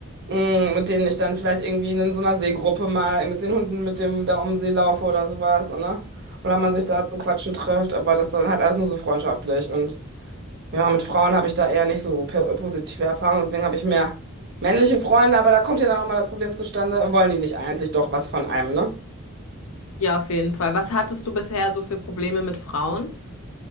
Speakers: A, on the right; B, on the left.
A: Mm, mit denen ich dann vielleicht irgendwie in so einer Seegruppe mal mit den Hunden, mit dem da um den See laufe oder sowas, ne? Oder man sich da zum Quatschen trifft, aber das dann halt alles nur so freundschaftlich. Und ja, mit Frauen habe ich da eher nicht so pe- positive Erfahrungen, deswegen habe ich mehr männliche Freunde, aber da kommt ja dann auch mal das Problem zustande, wollen die nicht eigentlich doch was von einem, ne?
B: Ja, auf jeden Fall. Was hattest du bisher so für Probleme mit Frauen?